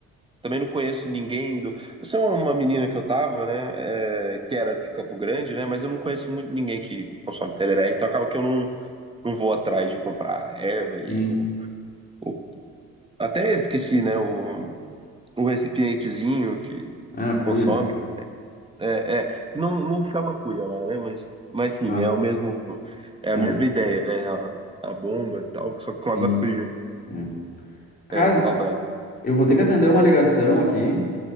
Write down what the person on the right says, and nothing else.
também não conheço ninguém do... Eu sou uma menina que eu tava, né, é, que era de Campo Grande, né, mas eu não conheço muito ninguém que consome tereré, então acaba que eu não, não vou atrás de comprar erva e
o... o- Até esqueci, né, o, o recipientezinho que
consome, É, é, que não, não chama cuia lá, né? Mas, mas sim,
é o mesmo, é
a mesma ideia, né? A, a bomba e tal, só que com
água fria.
É, saudade.